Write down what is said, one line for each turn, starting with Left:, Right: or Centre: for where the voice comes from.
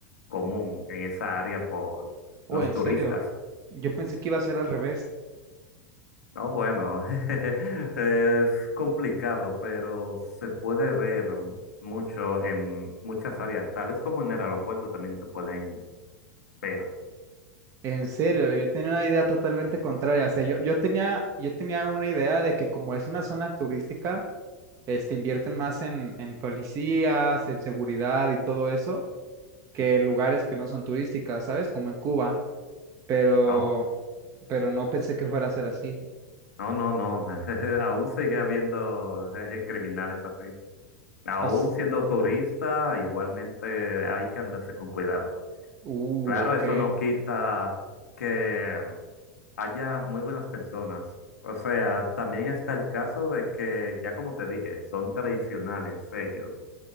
Left: común en esa área por
Right: Oh,
Left: los
Right: en serio.
Left: turistas.
Right: Yo pensé que iba a ser al revés.
Left: No, bueno, <laughs> es complicado, pero se puede ver mucho en muchas áreas, tales como en el aeropuerto también te pueden ver,
Right: En serio, yo tenía una idea totalmente contraria. O sea, yo, yo tenía, yo tenía una idea de que como es una zona turística, este, invierten más en, en policías, en seguridad y todo eso. que en lugares que no son turísticas, ¿sabes? Como en Cuba, pero,
Left: ¿no?
Right: pero no pensé que fuera a ser así.
Left: No, no, no, <laughs> aún sigue habiendo eh, criminales así. Aún
Right: As-
Left: siendo turista, igualmente hay que andarse con cuidado.
Right: Uh,
Left: Claro,
Right: ok.
Left: eso no quita que em, haya muy buenas personas. O sea, también está el caso de que, ya como te dije, son tradicionales ellos.